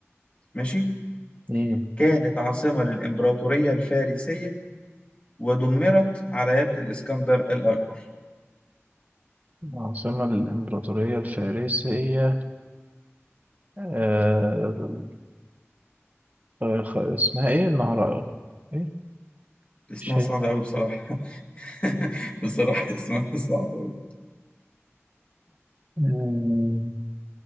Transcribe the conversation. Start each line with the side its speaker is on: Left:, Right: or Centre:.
Left: ماشي
Right: امم
Left: كانت عاصمة للإمبراطورية الفارسية ودمرت على يد الإسكندر الأكبر
Right: عاصمة الإمبراطورية الفارسية آه آه، خ- اسمها ايه النهر ايه
Left: اسمها
Right: مش
Left: صعب
Right: هي
Left: أوي بصراحة <laughs> بصراحة اسمها صعب أوي
Right: مم،